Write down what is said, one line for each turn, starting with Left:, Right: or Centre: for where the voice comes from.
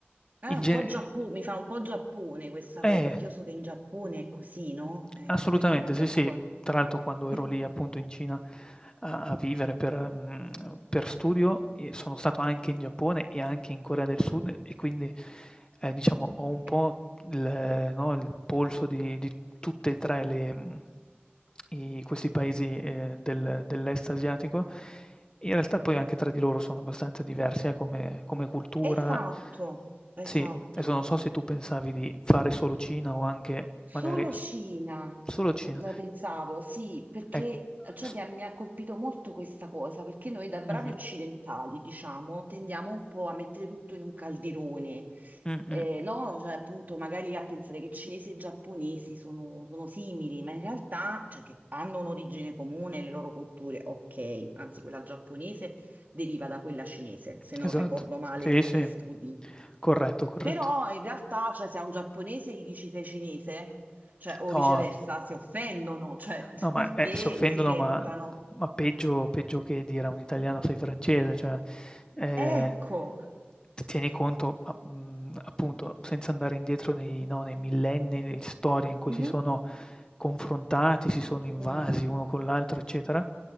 Right: Ah,
Left: In
Right: un
Left: ge
Right: po' Giappone, mi fa un po' Giappone questa
Left: Eh.
Right: cosa, perché io so che in Giappone è così, no? Eh,
Left: Assolutamente,
Right: per questo mi preoccupa.
Left: sì, sì. Tra l'altro quando ero
Right: <laughs>
Left: lì appunto in Cina a a vivere per mhmm, per studio e sono stato anche in Giappone e anche in Corea del Sud e quindi, ehm, diciamo ho un po'
Right: Ok,
Left: il no, il polso di di tutte e 3 le mhmm, i questi paesi, ehm, del dell'est asiatico in realtà poi anche tra di loro sono abbastanza diversi, eh, come come cultura.
Right: esatto, esatto,
Left: Sì, adesso non so se tu pensavi di fare solo Cina o anche
Right: Solo
Left: magari
Right: Scina,
Left: solo Cina.
Right: eh, pensavo, sì, perché
Left: Ecco,
Right: cioè,
Left: s
Right: mi ha, mi ha colpito molto questa cosa, perché noi da bravi
Left: mh-mh,
Right: occidentali, diciamo, tendiamo un po' a mettere tutto in un calderone,
Left: mh-mh.
Right: eh, no? Cioè, appunto, magari a pensare che cinesi e giapponesi sono, sono simili, ma in realtà, cioè, che hanno un'origine comune, le loro culture, ok, anzi quella giapponese deriva da quella cinese, se non
Left: Esatto,
Right: ricordo male
Left: sì,
Right: i
Left: sì.
Right: miei studi.
Left: Corretto, corretto.
Right: Però in realtà, cioè, se a un giapponese gli dici sei cinese, cioè, o
Left: No.
Right: viceversa, si offendono, cioè, <laughs>
Left: No, ma,
Right: perché
Left: eh, si offendono,
Right: si reputano.
Left: ma ma peggio peggio che dire a un italiano: "Sei francese", cioè, ehm,
Right: Ecco,
Left: t tieni conto, a mhmm, appunto, senza andare indietro nei no, nei millenni di storia in cui
Right: Mhm.
Left: si sono confrontati, si sono invasi
Right: Mhm.
Left: uno con l'altro, eccetera.